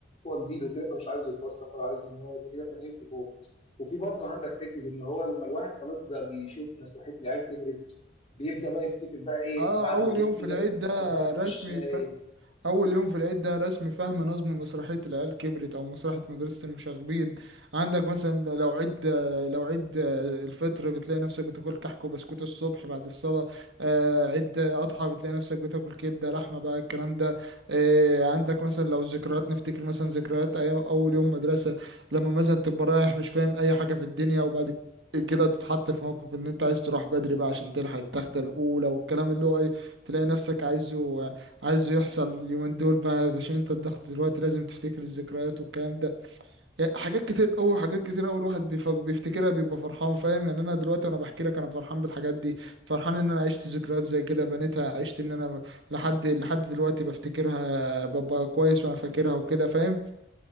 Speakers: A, on the left; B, on the right.
A: هو جديد وكده فمش عايزه يتوسخ ولا عايزه ان هو يبقى كده فنيمت فوق وفي برضه عندك حته ان هو لما الواحد خلاص ده بيشوف مسرحيه العيال كبرت بيبدا بقى يفتكر بقى ايه
B: اه
A: بعد
B: اول
A: العيد
B: يوم في
A: كده
B: العيد ده
A: كوبايه
B: رسمي
A: الشاي
B: أول يوم في العيد ده رسم فهم نظم مسرحية العيال كبرت أو مسرحية مدرسة المشاغبين عندك مثلا لو عيد لو عيد الفطر بتلاقي نفسك بتاكل كحك وبسكوت الصبح بعد الصلاة آه، عيد أضحى بتلاقي نفسك بتاكل كبدة لحمة بقى الكلام ده آه، عندك مثلا لو الذكريات نفتكر مثلا ذكريات أيام أول يوم مدرسة لما مثلا تبقى رايح مش فاهم أي حاجة في الدنيا وبعد كده تتحط في موقف ان انت عايز تروح بدري بقى عشان تلحق التختة الاولى والكلام اللي هو ايه تلاقي نفسك عايزه عايزه يحصل اليومين دول بقى عشان انت الضغط دلوقتي لازم تفتكر الذكريات والكلام ده يعني حاجات كتير قوي حاجات كتير قوي الواحد بيف- بيفتكرها بيبقى فرحان فاهم يعني انا دلوقتي وانا بحكي لك انا فرحان بالحاجات دي فرحان ان انا عشت ذكريات زي كده بنيتها عشت ان انا لحد لحد دلوقتي بفتكرها ببقى كويس وانا فاكرها وكده فاهم